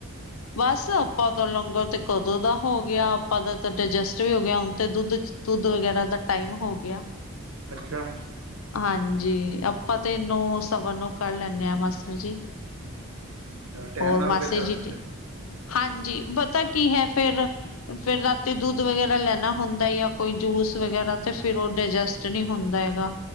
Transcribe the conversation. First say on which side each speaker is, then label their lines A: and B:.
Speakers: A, on the left; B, on the right.
A: ਬਸ ਆਪਾਂ ਦਾ ਲੰਗਰ ਤੇ ਕਦੋਂ ਦਾ ਹੋ ਗਿਆ, ਆਪਾਂ ਦਾ ਤਾਂ ਡਾਇਜੈਸਟ ਵੀ ਹੋ ਗਿਆ, ਹੁਣ ਤੇ ਦੁੱਧ ਚ ਦੁੱਧ ਵਗੈਰਾ ਦਾ ਟਾਈਮ ਹੋ ਗਿਆ।
B: ਅੱਛਾ।
A: ਹਾਂਜੀ ਆਪਾਂ ਤੇ ਨੌ, ਸਵਾ ਨੌ ਕਰ ਲੈਂਨੇ ਆ ਮਾਸੜ ਜੀ।
B: ਚਲੋ, ਟਾਈਮ
A: ਹੋਰ
B: ਨਾਲ
A: ਮਾਸੀ
B: ਵਿਹਲੇ ਹੋ
A: ਜੀ
B: ਜਾਂਦੇ
A: ਠੀ ਹਾਂਜੀ। ਪਤਾ ਕੀ ਹੈ ਫੇਰ, ਫੇਰ ਰਾਤੀ ਦੁੱਧ ਵਗੈਰਾ ਲੈਣਾ ਹੁੰਦਾ ਯਾਂ ਕੋਈ ਜੂਸ ਵਗੈਰਾ ਤੇ ਫੇਰ ਓ ਡਾਇਜੈਸਟ ਨੀ ਹੁੰਦਾ ਹੈਗਾ